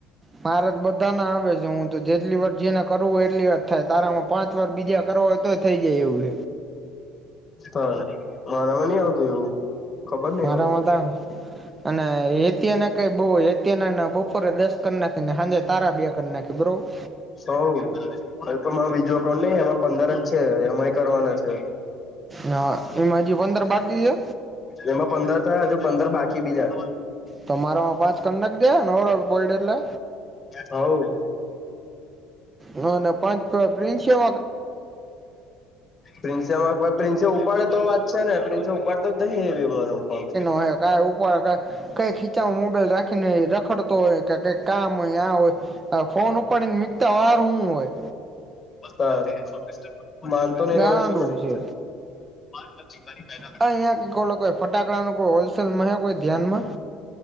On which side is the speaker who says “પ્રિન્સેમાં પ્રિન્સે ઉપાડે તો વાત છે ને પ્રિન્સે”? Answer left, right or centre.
Left